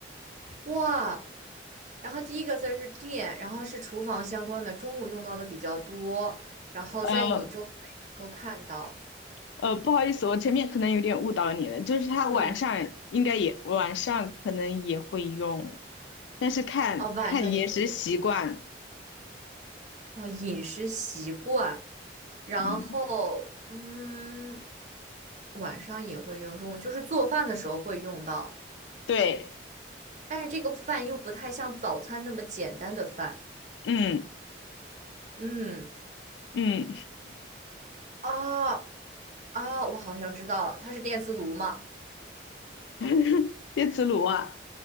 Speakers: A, on the right; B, on the left.
A: 哇，然后第一个字儿是电，然后是厨房相关的，中午用到的比较多，然后在你周围能够看到，
B: 呃呃，不好意思，我前面可能有点误导你了，就是它晚上应该也晚上可能也会用，
A: 嗯，
B: 但是看看饮食习惯。
A: 哦，晚上也会用。啊，饮食习惯，然后嗯，
B: 嗯，
A: 晚上也会用，中午就是做饭的时候会用到，
B: 对，
A: 但是这个饭又不太像早餐那么简单的饭。
B: 嗯
A: 嗯，
B: 嗯，
A: 啊啊，我好像知道了，它是电磁炉吗？
B: <laughs> 电磁炉啊，